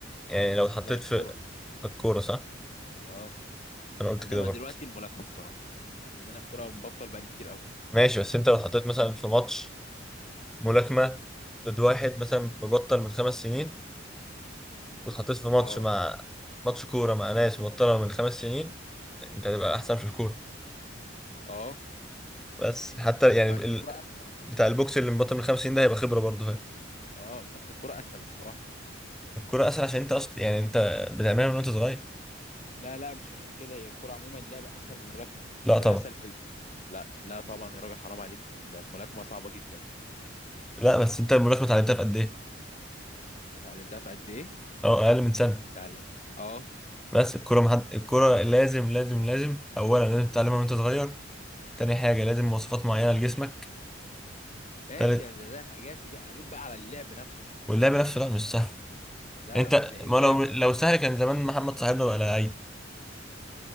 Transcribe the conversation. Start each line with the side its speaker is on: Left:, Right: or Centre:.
Centre: يعني لو اتحطيت
Left: لا الكوره
Centre: في الكورة صح
Left: اه
Centre: انا قلت
Left: انما
Centre: كده برضه
Left: دلوقتي الملاكمه بصراحه لان انا الكوره مبطل بقالي كتير قوي
Centre: ماشي بس انت لو اتحطيت مثلا في ماتش ملاكمة ضد واحد مثلا مبطل من خمس سنين واتحطيت في ماتش
Left: اه
Centre: مع ماتش كورة مع ناس مبطلة من خمس سنين انت هتبقى أحسن في الكورة
Left: اه
Centre: بس حتى
Left: الك-
Centre: يعني
Left: عشان
Centre: ال...
Left: الكرة اسهل
Centre: بتاع البوكس اللي مبطل من خمس سنين ده هيبقى خبرة برضه هي
Left: اه بس الكرة اسهل بصراحة
Centre: الكورة أسهل عشان أنت أصلا يعني أنت بتعملها من وأنت صغير
Left: لا لا مش عشان كده هي الكرة عموما لعبة اسهل من الملاكمة
Centre: لا
Left: مش
Centre: طبعا
Left: الاسهل في ال... لا لا طبعا يا راجل حرام عليك ده الملاكمة صعبة جدا
Centre: لا بس أنت الملاكمة اتعلمتها في قد إيه؟
Left: اتعلمتها في قد ايه؟
Centre: أه أقل من سنة
Left: اتعلم اه
Centre: بس الكورة محد... الكورة لازم لازم لازم أولا لازم تتعلمها وأنت صغير تاني حاجة لازم مواصفات معينة لجسمك
Left: ماشي
Centre: تالت
Left: يعني ده, ده حاجات ودي انا بقول بقى على اللعب نفسه
Centre: واللعب نفسه لا مش سهل
Left: لا
Centre: انت
Left: الل- اللعب
Centre: ما لو لو سهل كان زمان محمد صاحبنا بقى لعيب